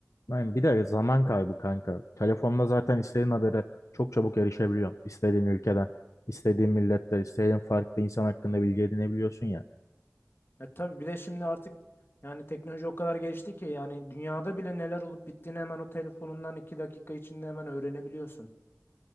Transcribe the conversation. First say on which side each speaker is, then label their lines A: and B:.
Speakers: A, on the left; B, on the left.
A: Aynen. Bir de zaman kaybı kanka. Telefonda zaten istediğin habere çok çabuk erişebiliyorsun. İstediğin ülkeden, istediğin milletten, istediğin farklı insan hakkında bilgi edinebiliyorsun ya.
B: E tabii bir de şimdi artık yani teknoloji o kadar gelişti ki yani dünyada bile neler olup bittiğini hemen o telefonundan iki dakika içinde hemen öğrenebiliyorsun.